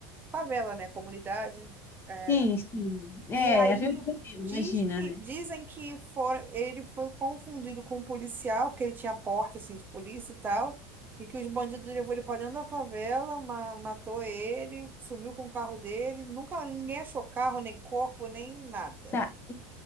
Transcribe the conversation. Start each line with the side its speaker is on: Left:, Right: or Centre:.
Right: favela, né? Comunidade. é,
Left: sim, sim. É,
Right: e aí
Left: Rio de Janeiro,
Right: diz
Left: imagina,
Right: que,
Left: né?
Right: dizem que foram, ele foi confundido com um policial, porque ele tinha porta assim, de polícia e tal, e que os bandidos levou ele para dentro da favela, ma- matou ele, sumiu com o carro dele, nunca ninguém achou carro, nem corpo, nem nada.
Left: Tá,